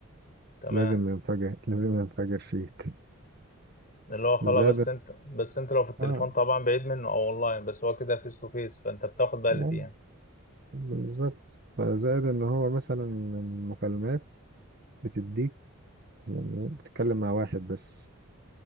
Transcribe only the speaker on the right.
لازم ينفجر لازم ينفجر فيك
زائد
آه
آه،
بالظبط فزائد إن هو مثلا المكالمات بتديك يعني بتتكلم مع واحد بس